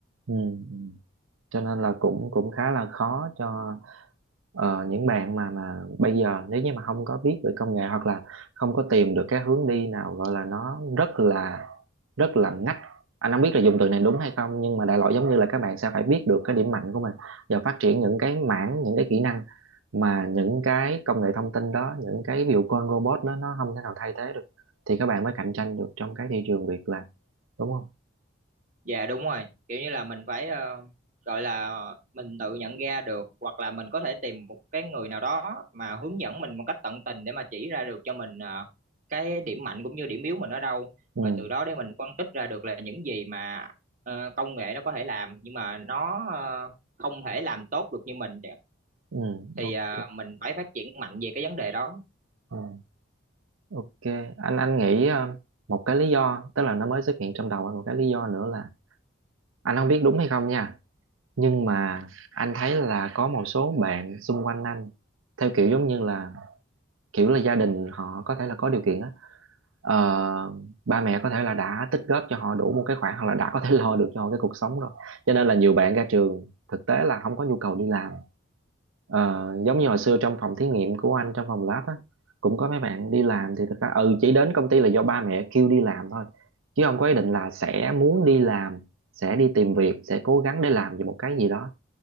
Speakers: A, on the right (about 80°); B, on the right (about 40°).
A: ừ ừ. cho nên là cũng cũng khá là khó cho ờ, những bạn mà mà bây giờ nếu như mà không có biết về công nghệ hoặc là không có tìm được cái hướng đi nào gọi là nó rất là rất là ngách anh không biết là dùng từ này đúng hay không nhưng mà đại loại giống như là các bạn sẽ phải biết được cái điểm mạnh của mình và phát triển những cái mảng những cái kỹ năng mà những cái công nghệ thông tin đó những cái ví dụ con robot đó nó không thể nào thay thế được thì các bạn mới cạnh tranh được trong cái thị trường việc làm đúng không
B: Dạ đúng rồi, kiểu như là mình phải ờ, gọi là mình tự nhận ra được hoặc là mình có thể tìm một cái người nào đó mà hướng dẫn mình một cách tận tình để mà chỉ ra được cho mình ờ, cái điểm mạnh cũng như điểm yếu mình ở đâu
A: ừ
B: và từ đó để mình phân tích ra được là những gì mà ờ, công nghệ nó có thể làm nhưng mà nó ờ, không thể làm tốt được như mình
A: ừ
B: thì
A: ok
B: ờ, mình phải phát triển mạnh về cái vấn đề đó.
A: ừ. Ok, anh anh nghĩ ờ, một cái lý do, tức là nó mới xuất hiện trong đầu anh một cái lý do nữa là anh không biết đúng hay không nha, nhưng mà anh thấy là có một số bạn xung quanh anh theo kiểu giống như là kiểu là gia đình họ có thể là có điều kiện á, Ờ, ba mẹ có thể là đã tích góp cho họ đủ một cái khoản hoặc là đã có thể <laughs> lo được cho họ cái cuộc sống rồi, cho nên là nhiều bạn ra trường thực tế là không có nhu cầu đi làm Ờ, giống như hồi xưa trong phòng thí nghiệm của anh trong phòng lab á cũng có mấy bạn đi làm thì thực ra ừ chỉ đến công ty là do ba mẹ kêu đi làm thôi chứ không có ý định là sẽ muốn đi làm sẽ đi tìm việc sẽ cố gắng để làm về một cái gì đó